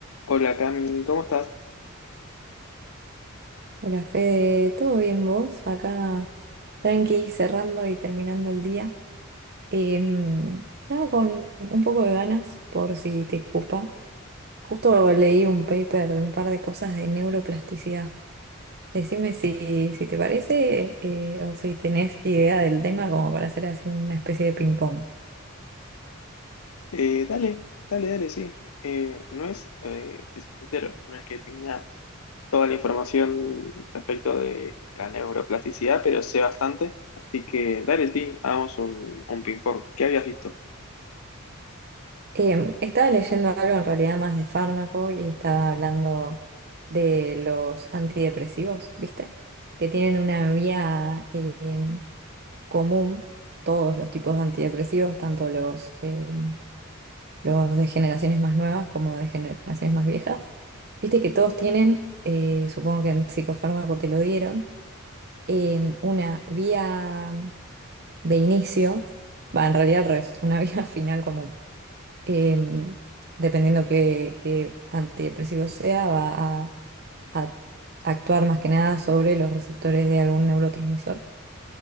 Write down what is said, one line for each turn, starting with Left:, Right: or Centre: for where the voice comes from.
Left: Hola Cami, ¿cómo estás?
Right: Hola Fede, ¿todo bien vos? Acá tranqui, cerrando y terminando el día. Em, estaba con un poco de ganas, por si te ocupa. Justo leí un paper de un par de cosas de neuroplasticidad. Decime si, si te parece eh, o si tenés idea del tema como para hacer así una especie de ping-pong.
Left: Eh, dale, dale, dale, sí. Eh, no es, eh, te soy sincero, no es que tenga toda la información respecto de la neuroplasticidad, pero sé bastante. Así que dale, sí, hagamos un, un ping-pong. ¿Qué habías visto?
Right: Em, estaba leyendo algo en realidad más de fármaco y estaba hablando de los antidepresivos, ¿viste? que tienen una vía em, común, todos los tipos de antidepresivos, tanto los, eh, los de generaciones más nuevas como de generaciones más viejas. Viste que todos tienen, eh, supongo que en psicofármaco te lo dieron, eh, una vía de inicio, va, en realidad al revés, una <laughs> vía final común. Eh, dependiendo qué, qué antidepresivo sea, va a a actuar más que nada sobre los receptores de algún neurotransmisor.